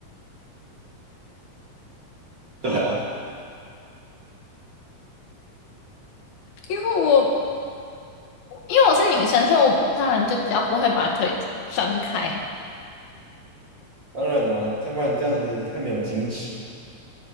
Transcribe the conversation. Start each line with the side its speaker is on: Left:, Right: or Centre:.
Right: 对啊，
Left: 因为我因为我是女生，所以我当然就比较不会把腿张开。
Right: 当然啦、要不然这样子太没有矜持了